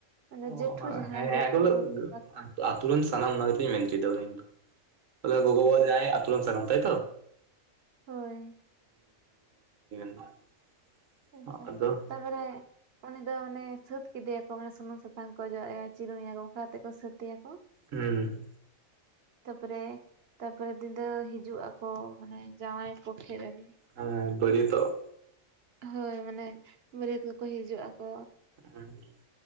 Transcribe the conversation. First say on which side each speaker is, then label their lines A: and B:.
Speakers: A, on the right; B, on the right.
A: ᱢᱟᱱᱮ
B: ᱚ
A: ᱡᱮᱴᱷᱩ ᱡᱟᱦᱟᱸᱭ
B: ᱦᱮᱸ
A: ᱡᱮᱴᱷᱩ
B: <unintelligible>
A: ᱛᱟᱠᱚ
B: ᱟᱛᱳ ᱨᱮᱱ ᱥᱟᱱᱟᱢ ᱚᱱᱟ ᱜᱮ ᱠᱟᱛᱮᱧ ᱢᱮᱱ ᱦᱚᱪᱚᱭᱟᱧ ᱫᱚ ᱟᱛᱩ ᱜᱚᱜᱚ
A: ᱟᱪᱪᱷᱟ
B: ᱵᱟᱵᱟ ᱟᱛᱳ ᱨᱮᱱ ᱥᱟᱱᱟᱢ ᱛᱟᱭᱛᱚ
A: ᱦᱳᱭ
B: <unintelligible>
A: ᱟᱪᱪᱷᱟ
B: ᱟᱫᱚ
A: ᱛᱟᱯᱚᱨᱮ ᱩᱱᱤ ᱫᱚ ᱢᱟᱱᱮ ᱥᱟᱹᱛ ᱠᱮᱫᱮᱭᱟᱠᱚ ᱢᱟᱱᱮ ᱥᱩᱱᱩᱢ ᱥᱟᱥᱟᱝ ᱠᱚ ᱚᱡᱚᱜ ᱮᱭᱟ ᱪᱤᱨᱩᱱ ᱮᱭᱟ ᱠᱚ ᱚᱱᱠᱟ ᱠᱟᱛᱮ ᱠᱚ ᱥᱟᱹᱛᱮᱭᱟᱠᱚ
B: ᱦᱩᱸ ᱮᱸ
A: <inaudible> ᱛᱟᱯᱚᱨᱮ ᱛᱟᱯᱚᱨᱮ ᱧᱤᱫᱟᱹ ᱦᱤᱡᱩᱜ ᱟᱠᱚ ᱢᱟᱱᱮ ᱡᱟᱶᱟᱭᱠᱚ ᱠᱷᱢ
B: ᱦᱮᱸ ᱵᱟᱹᱨᱤᱭᱟᱹ ᱛᱚᱜ
A: ᱦᱚᱭ ᱢᱟᱱᱮ ᱵᱟᱹᱨᱭᱟᱹᱛ ᱠᱚᱠᱚ ᱦᱤᱡᱩᱜ ᱟᱠᱚ
B: ᱦᱮ